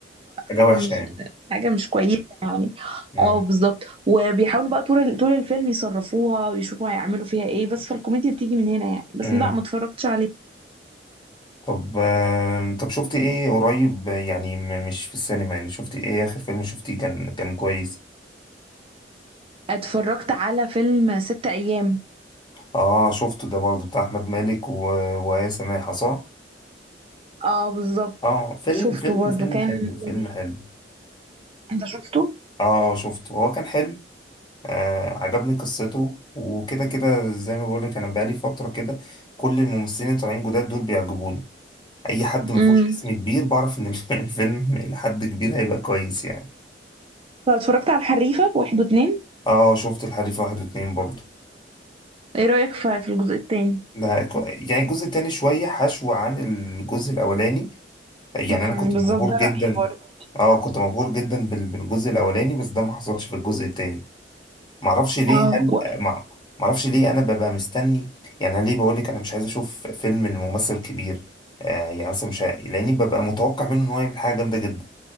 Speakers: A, on the left; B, on the right.
A: حاجه
B: حاجه
A: وحشه
B: مش
A: يعني
B: حاجه مش كويسه يعني
A: امم
B: اه بالظبط وبيحاولوا بقى طول ال- طول الفيلم يصرفوها ويشوفوا هيعملوا فيها ايه بس فالكوميديا بتيجي من هنا يعني بس
A: امم
B: لا ما اتفرجتش عليه
A: طب آم، طب شفت ايه قريب يعني م- مش في السينما يعني شفت ايه اخر فيلم شفتيه كان كان كويس
B: اتفرجت على فيلم ست ايام
A: اه شفته ده برضه بتاع احمد مالك و... وآية سماحة صح
B: اه بالظبط
A: اه فيلم
B: شفته
A: فيلم
B: برضو
A: فيلم
B: كان
A: حلو فيلم
B: لذيذ.
A: حلو
B: انت شفته
A: اه شفته هو كان حلو آه عجبني قصته وكده كده زي ما بقولك انا بقالي فترة كده كل الممثلين اللي طالعين جداد دول بيعجبوني اي حد ما
B: امم
A: فيهوش اسم كبير بعرف ان الف- <laughs> الفيلم لحد كبير هيبقى كويس يعني
B: اتفرجت على الحريفه واحد واتنين
A: اه شفت الحريف واحد واتنين برضه
B: ايه رأيك في في الجزء التاني
A: ده يعني الجزء التاني شوية حشو عن الجزء الأولاني يعني
B: امم
A: انا كنت
B: بالظبط
A: مبهور
B: ده
A: جدا
B: رأيي برضه
A: اه كنت مبهور جدا بال- بالجزء الاولاني بس ده ما حصلش في الجزء التاني معرفش ليه
B: اه
A: هل
B: و...
A: مع معرفش ليه انا ببقى مستني يعني انا ليه بقول لك انا مش عايز اشوف فيلم لممثل كبير آه يعني مثلا مش ه- لاني ببقى متوقع منه ان هو يعمل حاجه جامده جدا